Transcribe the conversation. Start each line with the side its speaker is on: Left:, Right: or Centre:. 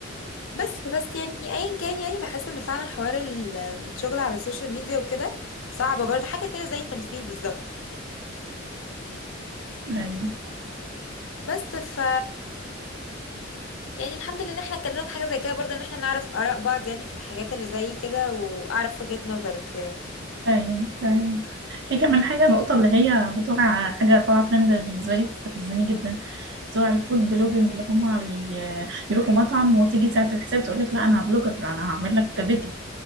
Left: بس بس يعني ايا كان يعني بحس ان فعلا حوار ال- الشغل على السوشيال ميديا وكده صعب برضه حاجه كده زي التمثيل بالظبط
Right: أيوة
Left: بس ف يعني الحمد لله ان احنا اتكلمنا في حاجه زي كده برضه ان احنا نعرف اراء بعض يعني في الحاجات اللي زي كده واعرف وجهة نظرك يعني
Right: أيوة أيوة في كمان حاجة النقطة اللي هي بتوع حاجة طالعة ترند بالنسبة لي بتستفزني جدا بتوع الفود بلوجينج اللي هما بي... يروحوا مطعم وتيجي ساعة الحساب تقول لك لا أنا بلوجر أنا هعمل لك فيديو